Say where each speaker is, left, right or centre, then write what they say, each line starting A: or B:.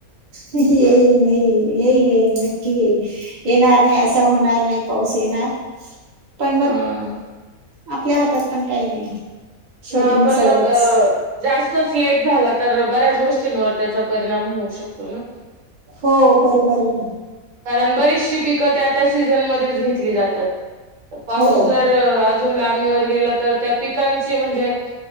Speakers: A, on the right (about 45°); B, on the right (about 65°).
A: येईल, नाहील येईल, येईल नक्की येईल, येणार नाही असं होणार नाही पाऊस येणार. पण
B: अ
A: मग आपल्या हातात पण काही नाही. शेवटी
B: हा
A: निसर्गच
B: पण मग अ जास्तच लेट झाला तर बऱ्याच गोष्टींवर त्याचा परिणाम होऊ शकतो ना.
A: हो बरोबर आहे ना.
B: कारण बरीचशी पिकं त्या-त्या सीझन मध्येच घेतली जातात. पाऊस
A: खरंय
B: जर अजून लांबणीवर गेला तर त्या पिकां ची म्हणजे